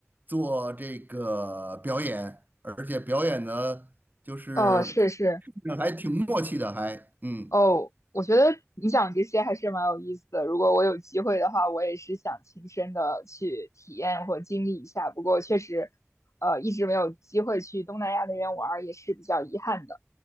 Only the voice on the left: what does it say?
哦，是是
哦，我觉得你讲这些还是蛮有意思的。如果我有机会的话，我也是想亲身的去体验或经历一下。不过确实，呃，一直没有机会去东南亚那边玩儿，也是比较遗憾的。